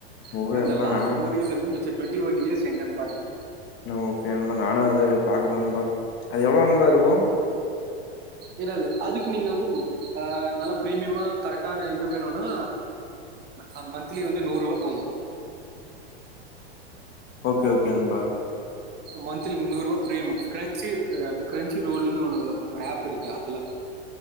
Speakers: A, on the left; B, on the right.
A: ஓகே
B: அப்ப இந்த
A: நண்பா
B: லாஸ்டு
A: நானு
B: ஃபோரியஸ் வந்து மிச்ச டுவெண்டி ஒன் இயர்ஸ் எங்கன்னு பாருங்க
A: ஓகே நானு அதது பாக்குற நண்பா அது எவ்வளவு நண்பா இருக்கோ
B: ஏராது அதுக்கு நீங்க வந்து அ நல்லா பிரீமியமா கரெக்டான இது வேணும்னா அ மன்த்லி வந்து நூறுபா போதோ
A: ஓகே ஓகே நண்பா
B: மந்த்த்லி முன்னூறு ரூபா் பிரியம் கிரன்ச்சி கிரன்ச்சி ரோல்லுனுு ஒரு ஆப் இருக்கு அதுல